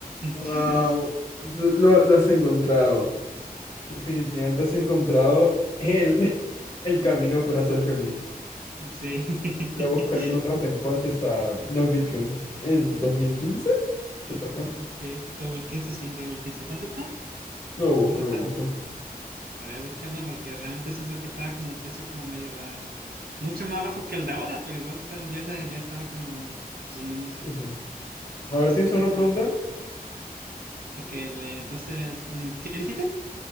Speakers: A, on the left; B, on the right.
A: Wow,
B: <laughs>
A: lo, lo- lo has encontrado. Definitivamente has encontrado el, <laughs> el camino para ser feliz.
B: Sí.
A: Voy
B: <laughs>
A: a buscar en un rato en cuánto están los bitcoins. ¿En 2015 ¿Te toca?
B: Sí, 2015, sí, 2015. ¿Cuánto está?
A: Luego busco,
B: ¿Cuánto
A: luego
B: está?
A: busco.
B: A ver, búscalo porque realmente siento que estaba como un precio como medio más, mucho más bajo que el de ahora, pero igual estaba- ya, se- ya estaba como obsidiándose.
A: Sí, sí. A
B: Entonces
A: ver, ¿tienes
B: la
A: alguna
B: criptonea.
A: pregunta?
B: Ok, le- entonces, mm, ¿qué dijiste?